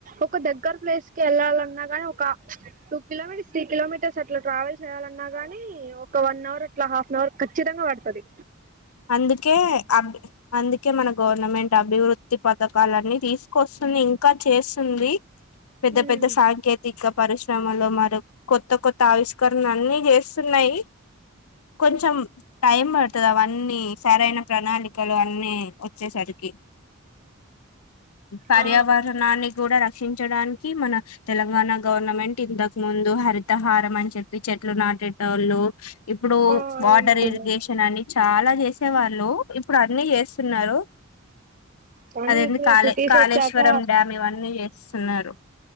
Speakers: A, on the right; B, on the left.
A: ఒక దగ్గర ప్లేస్ కి వెళ్లాలన్నా ఒక టూ కిలోమీటర్స్ త్రీ కిలోమీటర్స్ అట్లా ట్రావెల్ చేయాలన్నా గానీ ఒక వన్ అవర్ అట్లా హాఫ్ అన్ అవర్ ఖచ్చితంగా పడుతది
B: అందుకే అబ్ అందుకే మన గవర్నమెంట్ అభివృద్ధి పథకాలన్ని తీసుకొస్త తుంది ఇంకా చేస్తుంది పెద్ద
A: హ్మ్
B: పెద్ద సాంకేతిక పరిశ్రమలో మరి కొత్త కొత్త ఆవిష్కరణ అన్ని చేస్తున్నాయి కొంచం టైం పడుతది అవ అన్ని సరైన ప్రణాళికలో అన్నీ వచ్చేసరికి పర్యావరణాన్ని
A: ఆ
B: కూడా రక్షించడానికి మన తెలంగాణ గవర్నమెంట్ ఇంతకు ముందు హరితహారం అని చెప్పి చెట్లు నాటేటోళ్ళు ఇప్పుడు
A: ఆ
B: వాటర్
A: అవునవును
B: ఇరిగేషన్ అని చాలా చేసేవాళ్ళు ఇప్పుడు అన్ని చేస్తున్నారు
A: కానీ
B: అదేంది
A: ఇప్పుడు
B: కాళ
A: సిటీస్
B: కాళేశ్వరం
A: వచ్చాక
B: డ్యామ్ ఇవన్నీ చేస్తున్నారు